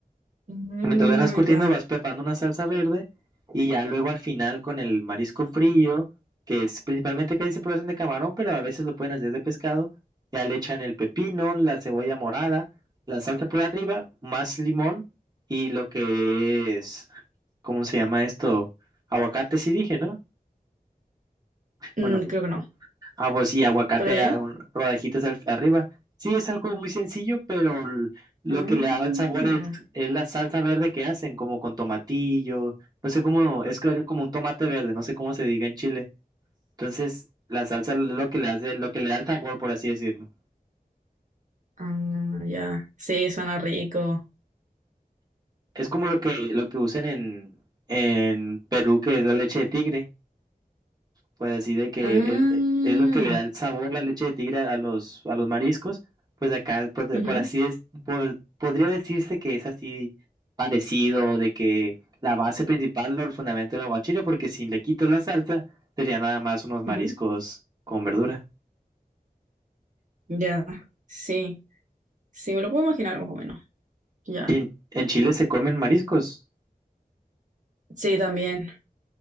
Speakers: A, on the right; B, on the right.
A: Ah,
B: Mientras lo dejas curtiendo,
A: ya.
B: vas preparando una salsa verde y ya luego al final con el marisco frío, que es principalmente casi siempre lo hacen de camarón, pero a veces lo pueden hacer de pescado, ya le echan el pepino, la cebolla morada, la salsa por arriba, más limón y lo que es, ¿cómo se llama esto? Aguacate, sí dije, ¿no?
A: Mm,
B: Bueno,
A: creo que no,
B: Ah, pues sí, aguacate,
A: pero ya.
B: a- un- rodajitas al- arriba. Sí, es algo muy sencillo, pero l- lo
A: Ah,
B: que le da el sabor es, es la salsa verde que hacen, como con tomatillo. No sé cómo, es que- como un tomate verde, no sé cómo se diga en Chile. Entonces, la salsa es lo que le hace, lo que le da el sabor, por así decirlo.
A: ah, ya. Sí, suena rico.
B: Es como lo que, lo que usan en, en Perú, que es la leche de tigre. pues así de que
A: Ah,
B: él, eh, es lo que le da el sabor la leche de tigre a los, a los mariscos, pues acá, por, de-
A: ujú,
B: por así es, por- podría decirse que es así parecido, de que la base principal o el fundamento del aguachile, porque si le quitas la salsa, sería nada más unos mariscos
A: ujú.
B: con verdura.
A: Ya, sí. Sí, me lo puedo imaginar más o menos. Ya.
B: Y en, en Chile se comen mariscos.
A: Sí, también.